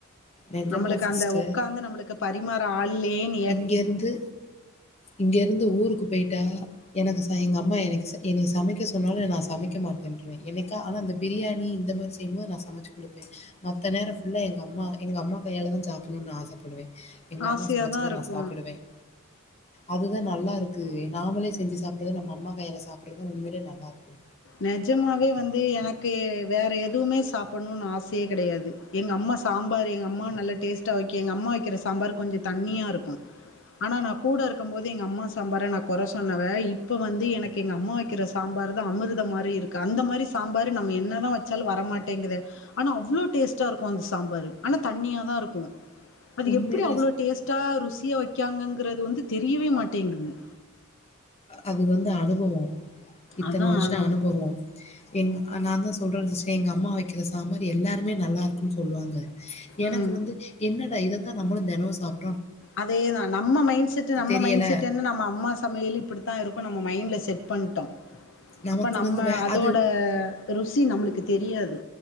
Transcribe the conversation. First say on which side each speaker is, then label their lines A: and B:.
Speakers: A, on the left; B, on the left.
A: நெஜமா
B: நம்மளுக்கு
A: சிஸ்டர்
B: அந்த ஒக்காந்து நம்மளுக்கு பரிமாற ஆள் இல்லயேனு
A: இங்கருந்து இங்கருந்து ஊருக்கு போயிட்டா எனக்கு ச எங்க அம்மா எனக்கு எனய சமைக்க சொன்னாலும் நா சமைக்க மாட்டேன்றுவேன் என்னைக்கா ஆனா அந்த பிரியாணி இந்த மாரி தேமா ரசம் வச்சி குடுப்பேன் மத்த நேரம் ஃபுல்லா எங்க அம்மா எங்க அம்மா கையால தா சாப்படணும்னு ஆசைப்படுவேன் எங்க அம்மா
B: ஆசையாதா
A: சமைச்சு தா
B: இருக்கு
A: நா சாப்புடுவேன் அதுதான் நல்லா இருக்கு நாமளே செஞ்சு சாப்படுறது நம்ம அம்மா கையால சாப்பட்றதுதான் உண்மையிலே நல்லா இருக்கு
B: நெஜமாவே வந்து எனக்கு வேற எதுவுமே சாப்பணும்னு ஆசையே கெடையாது எங்க அம்மா சாம்பாரு எங்க அம்மா நல்ல டேஸ்டா வைக்கும் எங்க அம்மா வைக்கற சாம்பாரு கொஞ்சோ தண்ணியா இருக்கும் ஆனா நான் கூட க்கும் போது எங்க அம்மா சாம்பார நான் கொற சொன்னவ இப்ப வந்து எனக்கு எங்க அம்மா வைக்கற சாம்பாரு தான் அமிர் த மாரி இருக்கு அந்த மாரி சாம்பாரு நம்ம என்ன தா வச்சாலும் வரமாட்டேங்குதே ஆனா அவ்ளோ டேஸ்ட்டா இருக்கும் அந்த சாம்பாரு ஆனா தண்ணியா தா இருக்கும் அது
A: உண்மையிலே
B: எப்புடி அவ்ளோ டேஸ்ட்டா ருசியா வைக்காங்கங்கறது வந்து தெரியவே மாட்டேங்குறது
A: அது வந்து அனுபவோம் இத்தன
B: அதான்
A: வருஷ
B: அதான்.
A: அனுபவோ எங் நா தா சொல்றேன்ல்ல சிஸ்டர் எங்க அம்மா வைக்கிற சாம்பார் எல்லாருமே நல்லா இருக்குன்னு சொல்லுவாங்க எனக்கு
B: ம்.
A: வந்து என்னடா இத தா நம்மளு தெனோ சாப்
B: அதேதா நம்ம மைண்ட் செட் நம்ம
A: தெரியல.
B: மைண்ட் செட் என்ன நம்ம அம்மா சமையலு இப்டி தா இருக்கு நம்ம மைண்ட்ல் செட் பண்ணிட்டோ
A: நமக்கு
B: அப்ப நம்ம
A: வந்து வே
B: அதோட
A: அது
B: ருசி நம்மளுக்கு தெரியாது